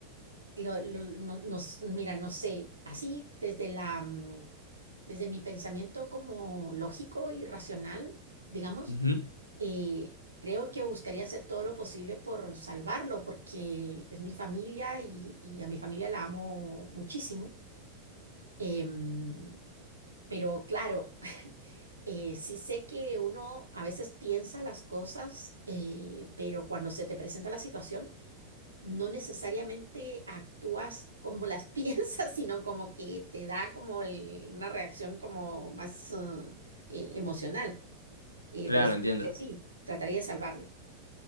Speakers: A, on the right; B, on the left.
A: lo- lo- no- nos, mira, no sé, así desde la, mm, desde mi pensamiento como lógico y racional, digamos,
B: Ujú,
A: eh, creo que buscaría hacer todo lo posible por salvarlo, porque es mi familia y, y a mi familia la amo muchísimo. Em, pero claro, <laughs> eh, sí sé que uno a veces piensa las cosas, eh, pero cuando se te presenta la situación no necesariamente actúas como las <laughs> piensas, sino como que te da como el- una reacción como más ah, eh, emocional. Eh,
B: Claro,
A: pero supongo
B: entiendo.
A: que sí, trataría de salvarlo.